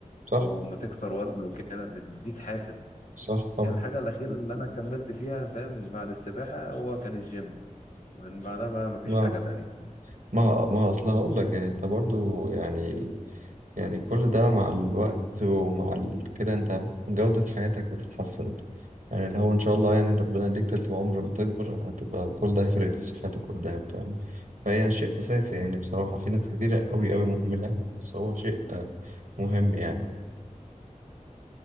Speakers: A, on the right (about 65°); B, on the left (about 65°).
A: صح
B: وما تكسر وزن وكده بيديك حافز
A: صح طبعا
B: هي الحاجة الأخيرة اللي أنا كملت فيها فاهم بعد السباحة هو كان الجيم من بعدها بقى مفيش
A: ما
B: حاجة تانية
A: ما ما اصل هقول لك يعني انت برضو يعني يعني كل ده مع الوقت ومع ال... كده انت جودة حياتك بتتحسن يعني اللي هو ان شاء الله يعني ربنا يديك تلت عمر لما تكبر هتبقى كل ده هيفرق في صحتك قدام فاهم فهي شيء اساسي يعني بصراحة في ناس كتيرة قوي قوي مهملة بس هو شيء آه، مهم يعني